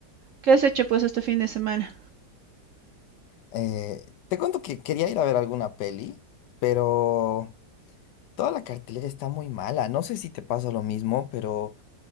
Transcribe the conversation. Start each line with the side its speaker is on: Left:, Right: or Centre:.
Right: ¿Qué has hecho pues este fin de semana?
Left: Eh, te cuento que quería ir a ver alguna peli, pero toda la cartelera está muy mala. No sé si te pasa lo mismo, pero